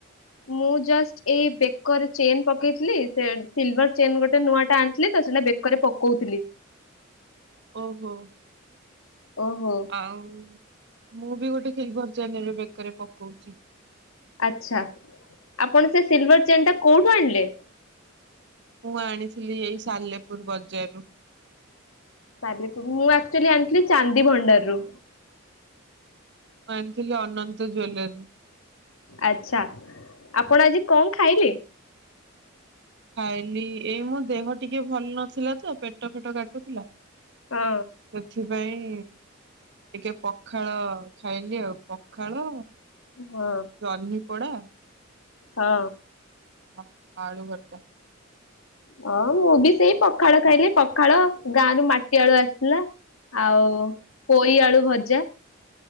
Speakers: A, on the left; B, on the right.
A: ମୁଁ ଜଷ୍ଟ ଏଇ ବେକରେ ଚେନ ପକେଇଥିଲି ସେ ସିଲଭର ଚେନ ଗୋଟେ ନୂଆ ଟା ଆଣିଥିଲି ତ ସେଟା ବେକରେ ପକଉଥିଲି।
B: ଓହୋ
A: ଓହୋ
B: ଆଉ। ମୁଁ ବି ଗୋଟେ ସିଲଭର ଚେନ ଏବେ ବେକରେ ପକଉଛି।
A: ଆଚ୍ଛା ଆପଣ ସେ ସିଲଭର ଚେନ୍ ଟା କୋଉଠୁ ଆଣିଲେ।
B: ମୁଁ ଆଣିଥିଲି ଏଇ ସାଲେପୁର ବଜାରରୁ।
A: ସାଲେପୁର ମୁଁ ଆକଚୁଆଲି ଆଣିଥିଲି ଚାନ୍ଦି ଭଣ୍ଡାରରୁ।
B: ଆଣିଥିଲେ ଅନନ୍ତ ଜ୍ୱେଲେର।
A: ଆଚ୍ଛା ଆପଣ ଆଜି କଣ ଖାଇଲେ।
B: ଖାଇଲି ଏଇ ମୋ ଦେହ ଟିକେ ଭଲ ନଥିଲା ତ ପେଟ ଫେଟ କାଟୁଥିଲା।
A: ହଁ
B: ସେଥିପାଇଁ। ଟିକେ ପଖାଳ ଖାଇଲି ଆଉ। ପଖାଳ
A: ହଁ
B: ଜହ୍ନିପୋଡା।
A: ହଁ।
B: ହଁ ଆଳୁ ଭର୍ତ୍ତା।
A: ହଁ ମୁଁ ବି ସେଇ ପଖାଳ ଖାଇଲି ପଖାଳ ଗାଁରୁ ମାଟି ଆଳୁ ଆସଥିଲା ଆଉ। ପୋଇ ଆଳୁ ଭଜା।